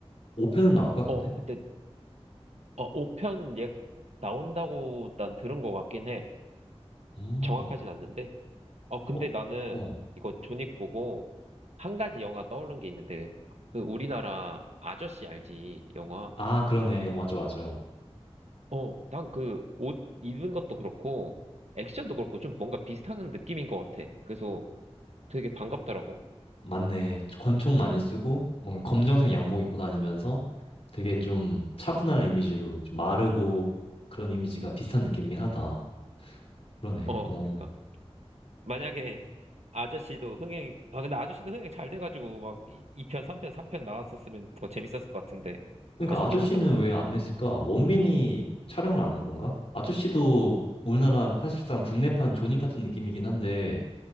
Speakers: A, on the left (about 65°); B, on the right (about 85°).
A: 5편은 나올까, 근데?
B: 어, 근데, 어, 5편 예, 나온다고 난 들은 것 같긴 해.
A: 음,
B: 정확하진 않는데. 어, 근데
A: 어,
B: 나는
A: 어.
B: 이거 존윅 보고 한 가지 영화 떠오른 게 있는데, 그 우리나라 아저씨 알지? 영화.
A: 아, 그러네. 맞아, 맞아.
B: 어, 난 그 옷 입은 것도 그렇고, 액션도 그렇고, 좀 뭔가 비슷한 느낌인 것 같아. 그래서 되게 반갑더라고.
A: 맞네. 권총 많이 쓰고, 뭔가 검정색 양복 입고 다니면서 되게 좀 차분한 이미지로 좀 마르고 그런 이미지가 비슷한 느낌이긴 하다. 그러네.
B: 어,
A: 어.
B: 그러니까. 만약에 아저씨도 흥행, 아, 근데 아저씨도 흥행 잘 돼가지고 막 2편, 3편, 4편 나왔었으면 더 재밌었을 것 같은데,
A: 그러니까
B: 아쉽긴
A: 아저씨는
B: 하다.
A: 왜 안 냈을까? 원빈이 촬영을 안 한 건가? 아저씨도 우리나라 사실상 국내판 존윅 같은 느낌이긴 한데,